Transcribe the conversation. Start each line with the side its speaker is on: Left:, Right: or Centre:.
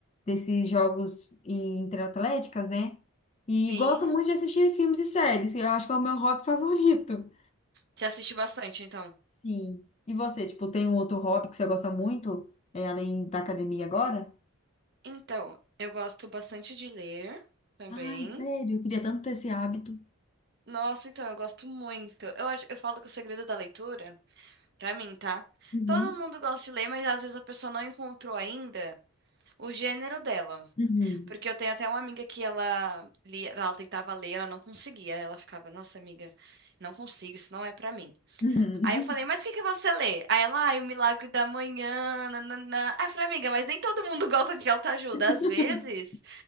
Left: desses jogos em- interatléticas, né? E
Right: sim.
Left: gosto muito de assistir filmes e séries, que eu acho que é o meu hobby <laughs> favorito.
Right: Te assisti bastante, então.
Left: Sim. E você, tipo, tem um outro hobby que você gosta muito, é, além da academia agora?
Right: Então, eu gosto bastante de ler também.
Left: Ai, sério, eu queria tanto ter esse hábito.
Right: Nossa, então, eu gosto muito. Eu acho, eu falo que o segredo da leitura. Pra mim, tá?
Left: Uhum,
Right: Todo mundo gosta de ler, mas às vezes a pessoa não encontrou ainda o gênero dela.
Left: uhum,
Right: Porque eu tenho até uma amiga que ela lia, ela tentava ler, ela não conseguia. Ela ficava, nossa amiga, não consigo, isso não é pra mim.
Left: uhum.
Right: Aí eu falei, mas o que que você lê? Aí ela, ai, o Milagre da Manhã, nananã. Aí eu falei, amiga, mas nem todo mundo gosta de autoajuda.
Left: <laughs>
Right: Às vezes,